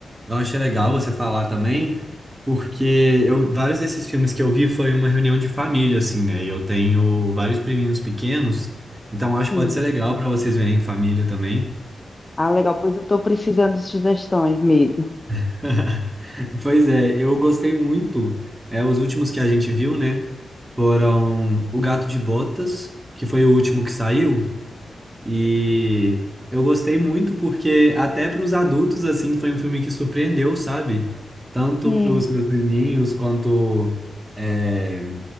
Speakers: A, on the right; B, on the left.
A: eu achei legal você falar também, porque eu, vários desses filmes que eu vi foi uma reunião de família, assim, né? E eu tenho vários priminhos pequenos, então acho
B: Sim.
A: que pode ser legal para vocês verem em família também.
B: Ah, legal, pois eu estou precisando de sugestões mesmo.
A: <laughs> Pois é, eu gostei muito. É, os últimos que a gente viu, né? Foram O Gato de Botas, que foi o último que saiu. E eu gostei muito porque até para os adultos, assim, foi um filme que surpreendeu, sabe? Tanto
B: Sim,
A: para os meus priminhos quanto é,